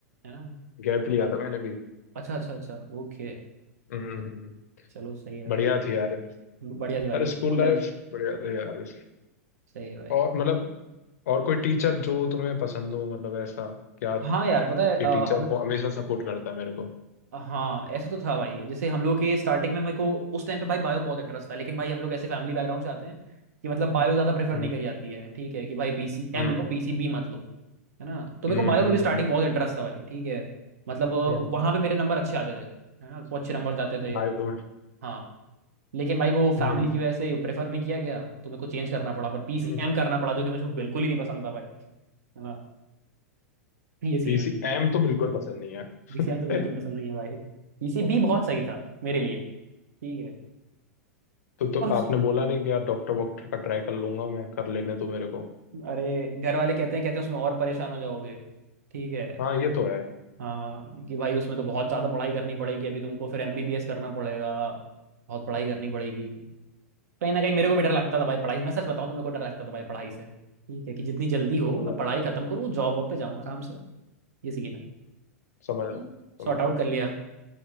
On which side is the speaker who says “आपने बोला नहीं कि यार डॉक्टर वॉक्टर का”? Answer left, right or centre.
Left